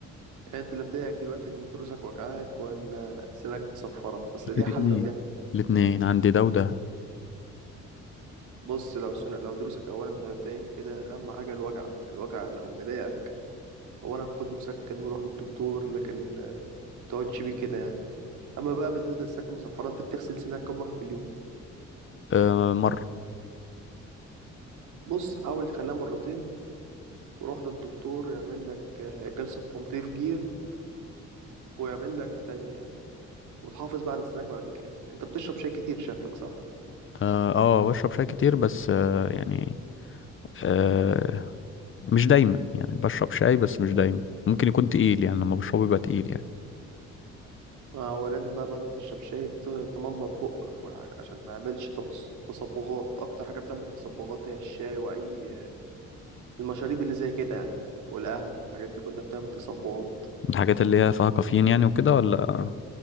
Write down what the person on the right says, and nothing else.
يعني انت اللي مضايقك دلوقتي ان دروسك وجعاك ولا سنك مصفرة بس دي
حل ودي حل.
بص لو سن... لو دروسك اولا مبدئيا كده اهم حاجة الوجع الوجع لو مضايقك اولا خد مسكن وروح للدكتور لكن آه، تقعدش بيه كده يعني اما بقى بالنسبة للسكن المصفرة انت بتغسل سنانك كم مرة في اليوم
بص حاول تخليها مرتين وروح للدكتور يعمل لك آه، جلسة تنظيف جير ويعمل لك تلميع وتحافظ بقى على سنانك بعد كده انت بتشرب شاي كتير شكلك صح
ما هو لازم بقى بعد ما تشرب شاي ت- تمضمض بقك والحاجة عشان ما يعملش تبص- تصبغات أكتر حاجة بتعمل تصبغات هي الشاي وأي المشاريب اللي زي كده يعني والقهوة والحاجات دي كلها بتعمل تصبغات